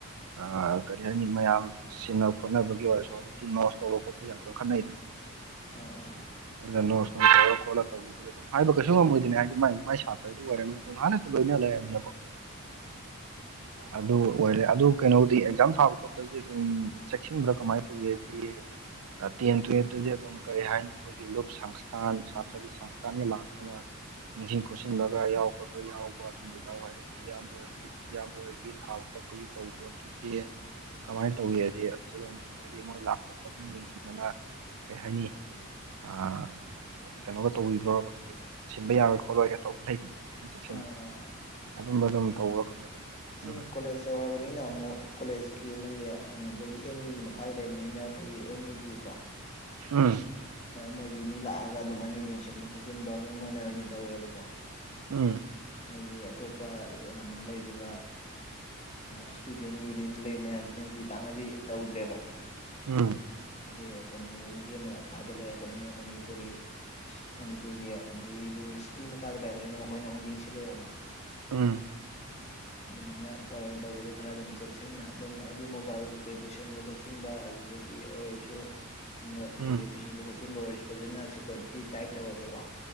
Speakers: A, on the right; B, on the left.
A: ꯑ ꯀꯔꯤ ꯍꯥꯏꯅꯤ ꯃꯌꯥꯝ ꯁꯤꯟꯅ ꯈꯣꯠꯅꯕꯒꯤ ꯑꯣꯏꯔꯁꯨ ꯍꯧꯖꯤꯛꯇꯤ ꯅꯣ ꯀꯕ ꯀ ꯄꯩꯁꯥ ꯀꯔ ꯈꯅ ꯂꯩꯗꯅ
B: ꯑꯥ ꯑꯥ
A: ꯑꯗꯨ ꯅꯣꯔ ꯈꯣꯠꯂ ꯑꯗꯨꯝ ꯍꯥꯏꯕ ꯀꯩꯁꯨ ꯉꯝꯃꯣꯏꯗꯣꯏꯅꯦ ꯍꯥꯏꯗꯤ ꯃꯥꯏ ꯃꯥꯏ ꯁꯥꯇ꯭ꯔꯗꯨ ꯑꯣꯏꯔꯅꯤ ꯑꯗꯨꯝ ꯍꯥꯟꯅ ꯂꯣꯏꯅ ꯂꯩꯔꯝꯅꯤꯅꯀꯣ
B: <inaudible>
A: ꯑꯗꯨ ꯑꯣꯏꯔꯦ ꯑꯗꯨ ꯀꯩꯅꯣꯗꯤ ꯑꯦꯛꯖꯥꯝ ꯊꯥꯕ ꯈꯣꯠꯄꯗꯤ ꯑꯗꯨꯝ ꯆꯦꯛꯁꯤꯟꯕ꯭ꯔꯥ ꯀꯃꯥꯏꯅ ꯇꯧꯒꯦ ꯍꯥꯏꯗꯤ ꯇꯦꯟ ꯇꯨꯌꯦꯜꯐꯇꯗꯤ ꯑꯗꯨꯝ ꯀꯔꯤ ꯍꯥꯏꯅꯤ ꯑꯩꯈꯣꯏꯒꯤ ꯂꯨꯞ ꯁꯪꯁꯊꯥꯟ ꯁꯥꯇ꯭ꯔꯒꯤ ꯁꯪꯁꯊꯥꯟꯒ ꯂꯥꯛꯇꯅ ꯅꯤꯡꯁꯤꯡ ꯈꯣꯠꯆꯟꯂꯒ ꯌꯥꯎ ꯈꯣꯠꯄ ꯌꯥꯎꯕ ꯑꯗꯨꯝꯕ ꯌꯥꯎ ꯍꯥꯏ ꯑꯗꯨ ꯑꯌꯥꯝꯕ ꯑꯣꯏꯔ ꯇ ꯃꯔꯒ ꯊꯥꯎ ꯀꯣ ꯇꯨ ꯇꯧꯕ ꯄꯣꯠꯇꯨꯗꯤ ꯀꯃꯥꯏꯅ ꯇꯧꯏ ꯍꯥꯏꯗꯤ ꯑꯗꯨꯝ ꯍꯥꯏꯗꯤ ꯃꯣꯏ ꯂꯥꯛꯄ ꯈꯣꯠꯅ ꯌꯦꯡꯁꯤꯟꯗꯅ ꯀꯔꯤ ꯍꯥꯏꯅꯤ ꯑꯥ ꯀꯩꯅꯣꯒ ꯇꯧꯕꯤꯗꯣꯕꯅꯗꯤ ꯁꯤꯟꯕ ꯌꯥꯔꯣꯏ ꯈꯣꯠꯂꯣꯏꯒ ꯇꯧꯕ ꯂꯩꯗꯅ ꯑꯣ ꯈꯤꯇꯪ ꯆꯦꯛꯁꯤꯟꯅ
B: ꯑꯥ
A: ꯑꯗꯨꯝꯕ ꯑꯗꯨꯝ ꯇꯧꯕꯣ ꯀꯃꯥꯏ
B: ꯁꯤꯅ
A: ꯎꯝ
B: ꯀꯣꯂꯦꯖ ꯌꯧꯔꯕꯅꯤꯅ ꯑꯃꯨꯛ ꯀꯣꯂꯦꯖꯀꯤ ꯑꯃꯒꯤ ꯑꯗꯒꯤ ꯑꯦꯝ ꯌꯨꯒꯤ ꯃꯈꯥꯗ ꯂꯩꯕꯅꯤꯅ ꯑꯩꯈꯣꯏꯒꯤ ꯑꯦꯝ ꯌꯨꯒꯤꯀꯣ
A: ꯎꯝ
B: ꯃꯣꯏꯒꯤ ꯃꯤ ꯂꯥꯛꯑꯒ ꯑꯗꯨꯃꯥꯏꯅ ꯌꯦꯡꯁꯤꯟꯕ ꯈꯣꯠꯆꯤꯟꯕ ꯑꯃꯨꯛ ꯃꯣꯏꯅ ꯑꯣꯏꯅ ꯇꯧꯔꯦꯕꯀꯣ
A: ꯎꯝ
B: ꯍꯥꯏꯗꯤ ꯑꯇꯣꯞꯄ ꯀꯩꯅꯣ ꯂꯩꯔꯤꯕ ꯏꯁꯇꯨꯗꯦꯟ ꯌꯨꯅꯤꯌꯟ ꯂꯩꯕ ꯃꯌꯥꯝꯁꯤꯅꯗꯤ ꯄꯥꯛꯅꯗꯤ ꯇꯧꯗ꯭ꯔꯦꯕ
A: ꯎꯝ
B: ꯍꯥꯏꯗꯤ ꯀꯩꯅꯣꯒꯤ ꯃꯈꯥꯗ ꯂꯩꯔꯛꯄꯅꯤꯅ ꯃꯅꯤꯄꯨꯔꯤ ꯃꯅꯤꯄꯨꯔꯒꯤ ꯀꯩꯅꯣꯒꯤ ꯌꯨꯅꯤꯚꯔꯁꯤꯇꯤ ꯃꯈꯥꯗ ꯂꯩꯛꯕꯅꯤꯅ ꯃꯈꯣꯏꯅ ꯑꯃꯨꯛ ꯌꯦꯡꯁꯤꯜꯂꯛꯑꯦꯕ꯫
A: ꯎꯝ
B: ꯑꯗꯨꯃꯥꯏꯅ ꯇꯧꯋꯦꯅ ꯇꯧꯕꯗꯤ ꯈꯔ ꯑꯗꯨꯝ ꯆ ꯟꯅ ꯑꯗꯨꯝ ꯍꯥꯏꯗꯤ ꯃꯣꯕꯥꯏꯜ ꯀꯩ ꯀꯩ ꯄꯨꯁꯤꯟꯕ ꯈꯣꯠꯆꯟꯕ ꯑꯗꯨꯗꯒꯤ ꯑꯣꯏꯔꯁꯨ ꯅꯣꯠ
A: ꯎꯝ
B: ꯀꯩꯀꯩ ꯄꯨꯁꯤꯟꯕ ꯈꯣꯠꯆꯤꯟꯕ ꯑꯣꯏꯔꯁꯨ ꯐꯖꯅ ꯁꯦꯀꯌꯨꯔꯤꯇꯤ ꯇꯥꯏꯠ ꯇꯧꯔꯒ ꯀꯣ